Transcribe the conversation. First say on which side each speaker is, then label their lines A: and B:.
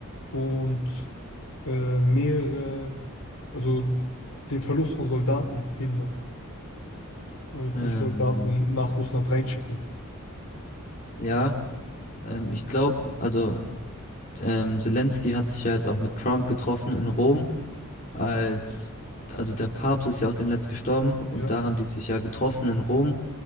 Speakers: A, on the left (about 70°); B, on the left (about 40°).
A: und äh, mehrere, also den Verlust von Soldaten hindern und jetzt
B: Ähm,
A: nicht Soldaten nach Russland reinschicken.
B: ja, ähm, ich glaube, also ähm, Zelensky hat sich ja jetzt auch mit Trump getroffen in Rom als, also der Papst ist ja auch demnächst gestorben und
A: Ja.
B: da haben die sich ja getroffen in Rom